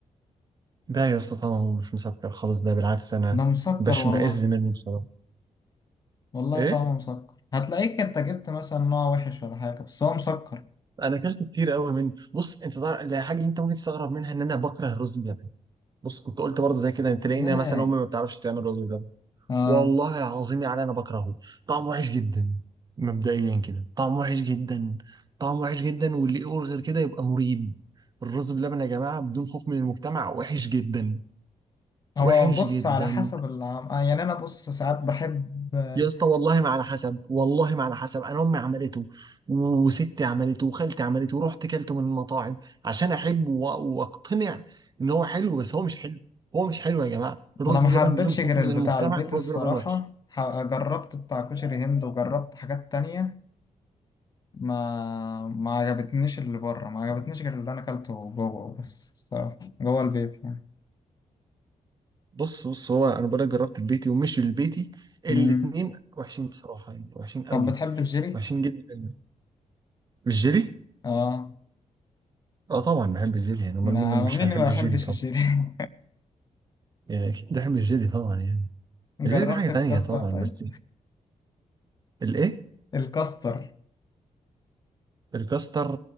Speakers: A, on the right (about 30°); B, on the left (about 30°).
A: ده يا اسطى طعمه مش مسكر خالص ده بالعكس انا
B: ده مسكر
A: بشمئز
B: والله
A: منه بصراحه
B: والله
A: ايه
B: طعمه مسكر هتلاقيك انت جبت مثلا نوع وحش ولا حاجة بس هو مسكر
A: انا اكلت كتير قوي منه بص انت تعرف لا حاجه انت ممكن تستغرب منها ان انا بكره الرز بلبن بص كنت قلت برضه زي كده تلاقينا
B: ازاي
A: مثلا امي ما بتعرفش تعمل رز بلبن
B: اه
A: والله العظيم يعني انا بكرهه طعمه وحش جدا مبدئيا كده طعمه وحش جدا طعمه وحش جدا واللي يقول غير كده يبقى مريب الرز بلبن يا جماعه بدون خوف من المجتمع وحش جدا
B: هو
A: وحش
B: بص
A: جدا
B: على حسب العم... آه يعني انا بص ساعات بحب آه،
A: يا اسطى والله ما على حسب والله ما على حسب انا امي عملته وستي عملته وخالتي عملته ورحت كلته من المطاعم عشان احب و- واقتنع ان هو حلو بس هو مش حلو هو مش حلو يا جماعه الرز
B: انا ما
A: باللبن
B: حبيتش
A: بدون خوف
B: غير
A: من
B: البتاع
A: المجتمع
B: البيت
A: الرز
B: الصراحة
A: باللبن وحش
B: ح- جربت بتاع كشري هند وجربت حاجات تانية ما ما عجبتنيش اللي بره ما عجبتنيش غير اللي انا اكلته جوه بس الصراحة، جوه البيت يعني
A: بص بص هو انا بقولك جربت البيتي ومش البيتي الاتنين
B: مم.
A: وحشين بصراحه يعني وحشين قوي
B: طب بتحب الجيلي؟
A: وحشين جدا الجيلي
B: اه
A: اه طبعا بحب الجيلي يعني امال
B: نعم
A: مين مش
B: مين
A: هيحب
B: ما
A: الجيلي
B: بيحبش
A: طبعا
B: الجيلي؟
A: يعني اكيد بحب الجيلي طبعا يعني
B: <laughs> جربت
A: الجيلي ده حاجه
B: الكاستر
A: تانيه طبعا
B: طيب؟
A: بس الايه
B: الكاستر
A: الكاستر